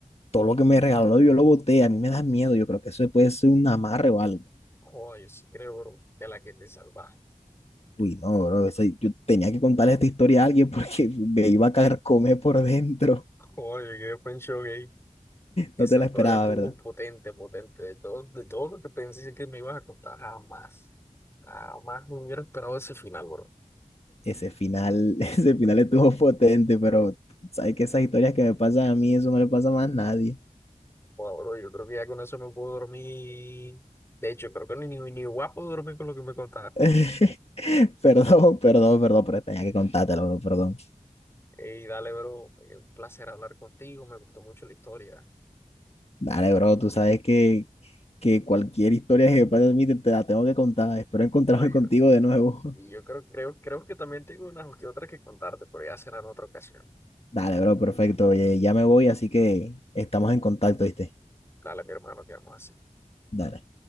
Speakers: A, on the left; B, on the left.
A: todo lo que me regaló yo lo boté, a mí me da miedo. Yo creo que eso puede ser un amarre o algo.
B: No, yo sí creo, bro, de la que te salvaste.
A: Uy, no, bro, o yo tenía que contarle esta historia a alguien <laughs> porque me iba a comer por dentro. <laughs>
B: Joder, qué pencho gay. Esa
A: No te la
B: historia
A: esperaba,
B: estuvo
A: ¿verdad?
B: potente, potente. De todo, de todo lo que pensé que me ibas a contar, jamás. Jamás me hubiera esperado ese final, bro.
A: Ese final, <laughs> ese final estuvo potente, pero sabes que esas historias que me pasan a mí, eso no le pasa más a nadie.
B: Joder, bro, yo creo que ya con eso me puedo dormir. De hecho, creo que ni, ni, ni guapo dormir con lo que me contaste.
A: <laughs> Perdón, perdón, perdón, pero tenía que contártelo, bro, perdón.
B: Ey, dale, bro. eh, Un placer hablar contigo. Me gustó mucho la historia.
A: Dale, bro, tú sabes que, que cualquier historia que me pase a mí te, te la tengo que contar. Espero encontrarme
B: No, yo,
A: contigo de nuevo.
B: y yo creo, creo, creo que también tengo unas que otras que contarte, pero ya será en otra ocasión.
A: <laughs> Dale, bro, perfecto. Oye, ya me voy, así que estamos en contacto, ¿viste?
B: Dale, mi hermano, que vamos así.
A: Dale.